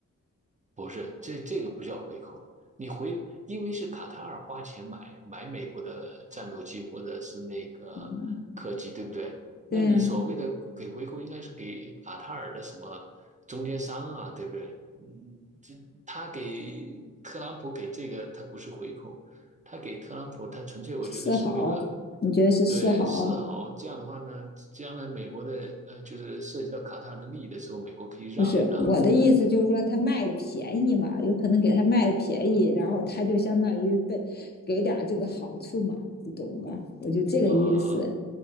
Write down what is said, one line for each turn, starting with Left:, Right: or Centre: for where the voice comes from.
Right: 不是，这这个不叫回扣了。你回，因为是卡塔尔花钱买买美国的战斗机或者是那个客机，
Left: 嗯，
Right: 对不对？那你所谓的给回扣，
Left: 对呀、
Right: 应该是给卡塔尔的什么中间商啊，对不对？嗯，这他给特朗普给这个，他不是回扣，他给特朗普，他纯粹我觉得是为了
Left: 四好，你觉得是四好？
Right: 对示好。这样的话呢，将来美国的呃，就是涉及到卡塔尔的利益的时候，美国可以让一让。
Left: 不是我的意思，就是说他卖的便宜嘛，有可能给他卖的便宜，然后他就相当于被给点这个好处嘛，你懂吧？我就这个意思，
Right: 呃，